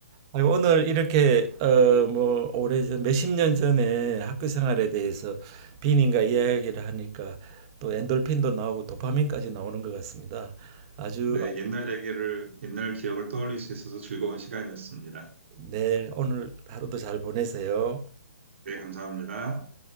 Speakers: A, on the right; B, on the right.
A: 오늘 이렇게 어 뭐 오래전 몇십 년 전에 학교 생활에 대해서 비님과 이야기를 하니까 또 엔돌핀도 나오고 도파민까지 나오는 것 같습니다. 아주
B: 네, 옛날 얘기를 옛날 기억을 떠올릴 수 있어서 즐거운 시간이었습니다.
A: 네 오늘 하루도 잘 보내세요.
B: 네, 감사합니다.